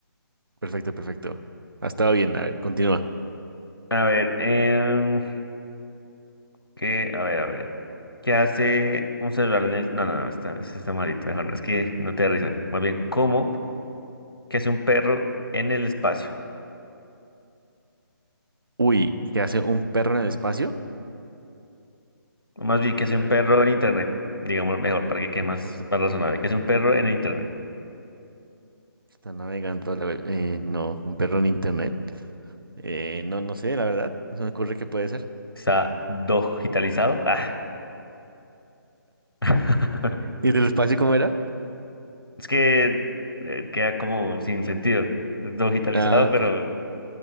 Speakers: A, on the right (about 70°); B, on the left (about 85°).
A: perfecto, perfecto. Ha estado bien. A ver, continúa.
B: A ver, em, ¿qué? A ver, a ver. ¿Qué hace un celular en el...? No, no, no, está, ese está malito. Mejor no, es que no te da risa. Más bien, ¿cómo? ¿Qué hace un perro en el espacio?
A: Uy, ¿qué hace un perro en el espacio?
B: O más bien, ¿qué hace
A: Eh,
B: un perro en internet? Digamos mejor, para que
A: <laughs>
B: quede más, más razonable. ¿Qué hace un perro en el internet?
A: está navegando la web. Eh, no, un perro en internet. Eh, no, no sé, la verdad. No se me ocurre qué puede ser.
B: ¿Está digitalizado? Ah. <laughs>
A: ¿Y del espacio cómo era?
B: Es que eh, queda como sin sentido. Digitalizado,
A: Ah,
B: pero
A: ok.